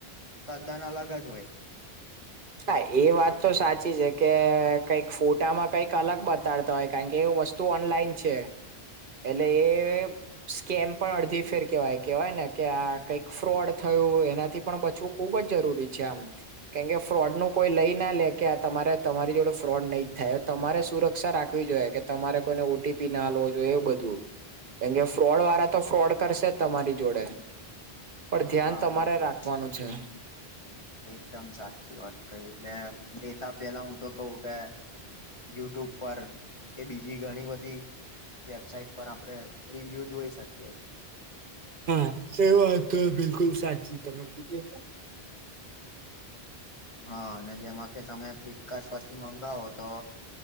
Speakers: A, on the left; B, on the right.
A: તદ્દન અલગ જ હોય.
B: હા એ વાત તો સાચી છે કે કઈક ફોટામાં કંઈક અલગ બતાડતા હોય કારણ કે એ વસ્ તું ઓનલાઈન છે, એટલે એ સ્કેમ પણ અડધી ફેર કેવાય કેવાય ને કે આ કઈક ફ્રોડ થયું એનાથી પણ બચવું ખુબ જ જરૂરી છે આમ, કેમ કે ફ્રોડનું કોઈ લઈ નાલે, કે આ તમારે તમારી જોડે ફ્રોડ નહી થાય, તમારે સુરક્ષા રાખવી જોઈએ કે તમારે કોઈને ઓટીપી ના આલવો જોયે એવું બધું. કેમ કે ફ્રોડ વાળા તો ફ્રોડ કરશે જ તમારી જોડે. પણ
A: હા
B: ધ્યાન તમારે
A: એજ.
B: રાખવાનું છે.
A: એકદમ સાચી વાત. કઈ એટલે દેતા પેલા હું તો કઉ કે યુટ્યુબ પર એ બીજી ઘણી બધી વેબસાઇટ પર આપણે રિવ્યુ જોઈ શક
B: હા, એ વાતતો બિલકુલ સાચી તમે કીધી.
A: હા અને જેમાં કે તમે ફ્લિપકાર્ટ પરથી મંગાવો તો